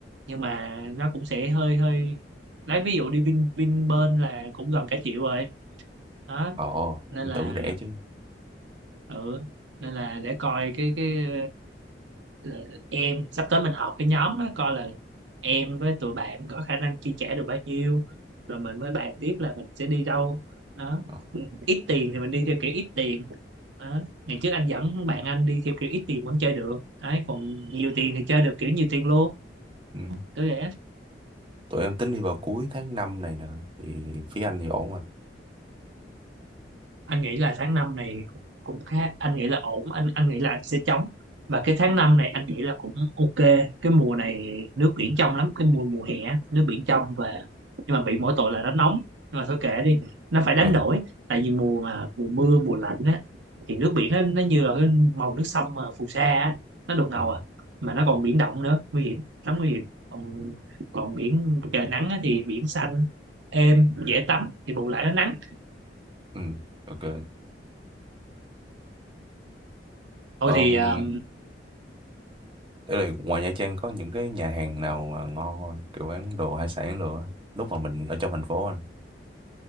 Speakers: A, on the right; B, on the right.
A: nhưng mà nó cũng sẽ hơi hơi lấy ví dụ đi Vin Vinpearl là cũng gần cả triệu rồi đó
B: Ồ,
A: nên
B: em
A: là
B: tưởng rẻ chứ.
A: ừ. nên là để coi cái cái ờ, em sắp tới mình họp cái nhóm đó coi là em với tụi bạn có khả năng chi trả được bao nhiêu rồi mình mới bàn tiếp là mình sẽ đi đâu đó
B: Ờ.
A: ít tiền thì mình đi theo kiểu ít tiền đó. ngày trước anh dẫn bạn anh đi theo kiểu ít tiền vẫn chơi được đấy còn nhiều tiền thì chơi được kiểu nhiều tiền luôn
B: Ừ.
A: cứ vậy
B: Tụi em tính đi vào cuối tháng 5 này nè. Thì phía anh thì ổn mà.
A: anh nghĩ là tháng 5 này cũng, cũng khá anh nghĩ là ổn anh anh nghĩ là anh sẽ chống và cái tháng 5 này anh nghĩ là cũng ok cái mùa này nước biển trong lắm cái mùa mùa hè á, nước biển trong và nhưng mà bị mỗi tội là nó nóng nhưng mà thôi kệ đi nó phải
B: Ừ.
A: đánh đổi tại vì mùa mà mùa mưa mùa lạnh á thì nước biển nó, nó như là cái màu nước sông mà phù sa á nó đục ngầu
B: Ừ.
A: à mà nó còn biển động nữa nguy hiểm lắm nguy hiểm còn, còn biển trời nắng á, thì biển xanh êm dễ tắm thì bù lại nó nắng
B: Ừ. Ok.
A: thôi
B: Ờm,
A: thì ờ,
B: Để rồi ngoài Nha Trang có những cái nhà hàng nào mà ngon không? anh? Kiểu bán đồ hải sản đồ á. Lúc mà mình ở trong thành phố anh.